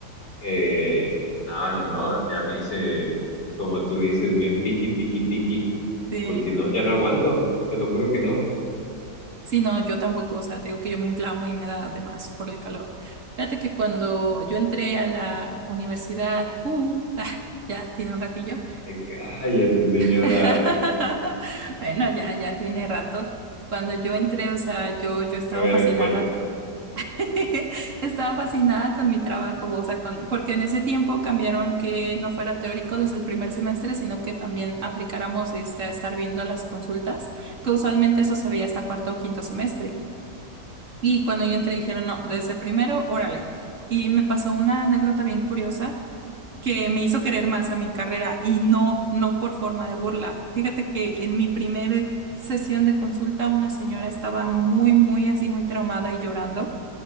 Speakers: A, on the left; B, on the right.
A: Eh, no, no, no, ya me hice, como tú dices, bien piqui, piqui, piqui,
B: Sí,
A: porque no, ya no aguanto, te lo juro que no.
B: sí, no, yo tampoco, o sea, te digo que yo me inflamo y me da de más por el calor. Fíjate que cuando yo entré a la universidad, uh, <laughs> ah, ya tiene un ratillo.
A: Ay, cállate, señora,
B: <laughs> Bueno, ya, ya tiene rato. Cuando yo entré, o sea, yo, yo estaba
A: qué vergüenza.
B: fascinada <laughs> Estaba fascinada con mi trabajo, o sea, con, porque en ese tiempo cambiaron que no fuera teórico desde el primer semestre, sino que también aplicáramos este, a estar viendo las consultas, que usualmente eso se veía hasta cuarto o quinto semestre. Y cuando yo entré dijeron, no, desde primero, órale. Y me pasó una anécdota bien curiosa que me hizo querer más a mi carrera y no, no por forma de burla. Fíjate que en mi primera sesión de consulta una señora estaba muy, muy así, muy traumada y llorando